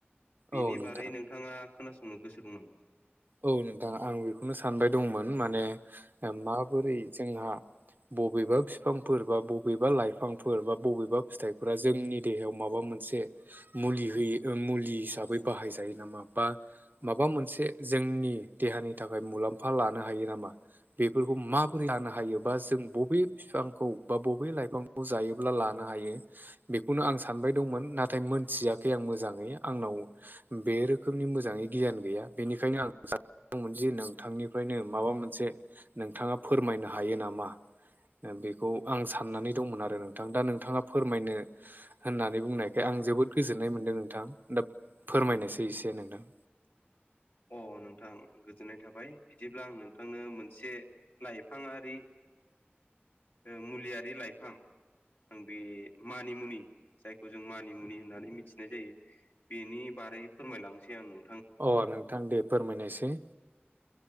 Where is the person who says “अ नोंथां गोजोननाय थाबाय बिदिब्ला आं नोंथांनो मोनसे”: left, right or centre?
Left